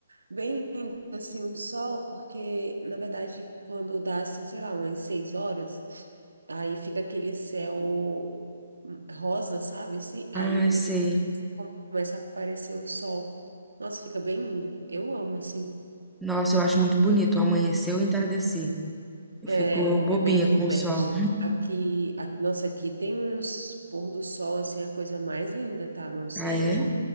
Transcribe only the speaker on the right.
bem lindo assim o sol, porque na verdade quando dá assim, sei lá, umas seis horas, aí fica aquele céu rosa, sabe? Assim,
aí depois
começa a aparecer o sol. Nossa, fica bem lindo. Eu amo assim.
É,
é bem lindo,
né?
Aqui, a- nossa, aqui tem uns pôr do sol, assim, a coisa mais linda, tá? Não sei,
tipo,